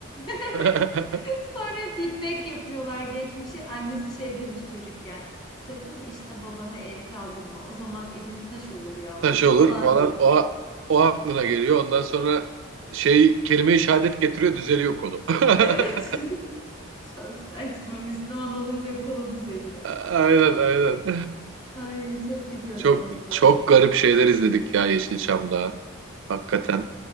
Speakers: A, on the left (about 20°); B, on the right (about 65°).
A: Evet
B: <laughs>
A: <laughs> Sonra feedback yapıyorlar geçmişe. Annesi şey demiş çocukken. Sakın işte babana el kaldırma. O zaman elin taş olur yavrum
B: Taş olur
A: falan
B: falan.
A: diyor.
B: O, o aklına geliyor. Ondan sonra şey kelime-i şehadet getiriyor düzeliyor kolu. <laughs>
A: Evet. <laughs> Çok saçma. Müslüman olunca kolu düzeliyor.
B: Aynen aynen.
A: Ay çok gülüyorum
B: Çok
A: ona da.
B: çok garip şeyler izledik ya Yeşilçam'da. Hakikaten.